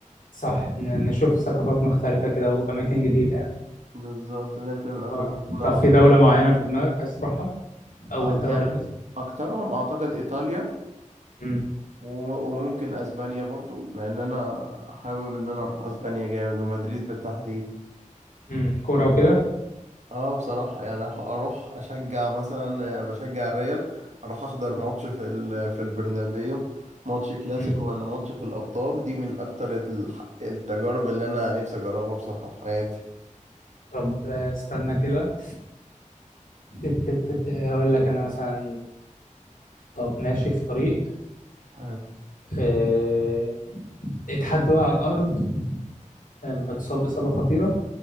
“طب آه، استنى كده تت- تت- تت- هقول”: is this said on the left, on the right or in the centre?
Left